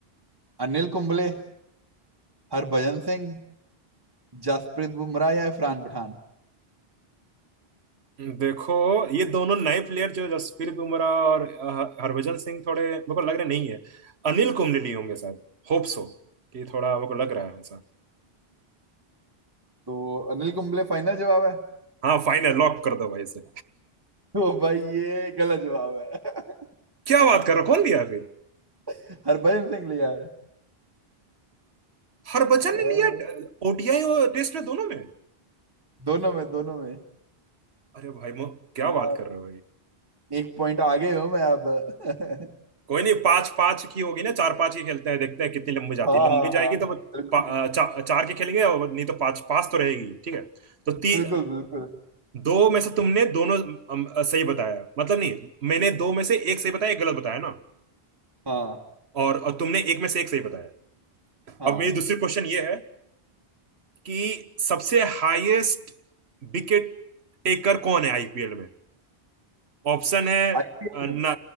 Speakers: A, on the right; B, on the right.
A: अनिल कुंबले हरभजन सिंह जसप्रीत बुमराह या इरफान पठान
B: देखो ये दोनों नए प्लेयर जो जसप्रीत बुमराह और अ, हरभजन सिंह थोड़े मेरे को लग रहे नहीं है अनिल कुंबले लिए होंगे शायद Hope so कि थोड़ा मेरे को लग रहा है ऐसा
A: तो अनिल कुंबले फाइनल जवाब है
B: हाँ फाइनल लॉक कर दो भाई इसे
A: तो भाई ये गलत जवाब है
B: क्या बात कर रहे हो कौन लिया फिर
A: <laughs> हरभजन सिंह लिया है
B: हरभजन
A: अ,
B: ने लिया ओडीआई और टेस्ट में दोनों में
A: दोनों में दोनों में
B: अरे भाई मो क्या
A: हाँ
B: बात कर रहे हो भाई
A: एक पॉइंट आगे हूं मैं अब <laughs>
B: कोई नहीं पांच पांच की होगी ना चार पांच की खेलते हैं देखते हैं कितनी लंबी जाती
A: हाँ
B: है लंबी
A: हाँ
B: जाएगी
A: हाँ
B: तो वो
A: बिल्कुल
B: पा- अ, चा, चार की खेलेंगे और नहीं तो पांच पांच तो रहेगी ठीक है तो
A: बिल्कुल
B: ती
A: बिल्कुल
B: दो में से तुमने दोनों अम, अ, सही बताया मतलब नहीं मैंने दो में से एक सही बताया एक गलत बताया ना
A: हाँ
B: और, और तुमने एक में से एक सही बताया
A: हाँ
B: अब मेरी दूसरी क्वेश्चन ये है कि सबसे हाईएस्ट विकेट टेकर कौन है आईपीएल में ऑप्शन है
A: आईपीएल
B: अ, ना
A: में